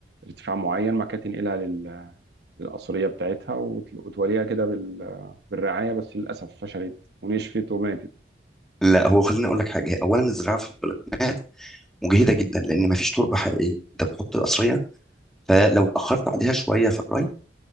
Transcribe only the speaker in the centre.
لا هو خليني اقول لك حاجه هي اولا الزراعه في البلكونات مجهده جدا لان ما فيش تربه حقيقيه انت بتحط قصريه فلو اتاخرت عليها شويه في الري